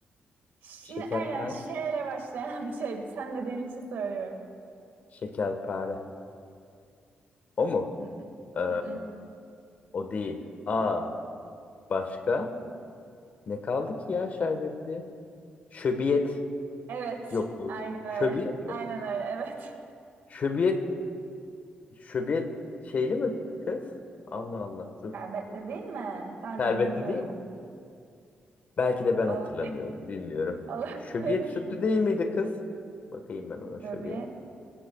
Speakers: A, on the right; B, on the left.
A: Şimdi
B: Şekerpare.
A: aynen şeyle başlayan <laughs> bir şey. Sen dediğin için söylüyorum.
B: Şekerpare. O mu?
A: Mm,
B: Ee,
A: mm, mm.
B: o değil. Aa, başka? Ne kaldı ki ya şerbetli? Şöbiyet.
A: Evet.
B: Yok. o-
A: Aynen öyle.
B: Şöbiyet mi?
A: Aynen öyle. Evet.
B: Şöbiyet. Şöbiyet şeyli mi kız? Allah Allah. Dur.
A: Şerbetli değil mi? Ben
B: Şerbetli
A: bilmiyorum.
B: değil. Belki de ben
A: Ol-
B: hatırlamıyorum. Bilmiyorum.
A: <laughs> Olabilir.
B: Şöbiyet sütlü değil miydi kız? Bakayım ben ona şöbiyet.
A: Şöbiyet.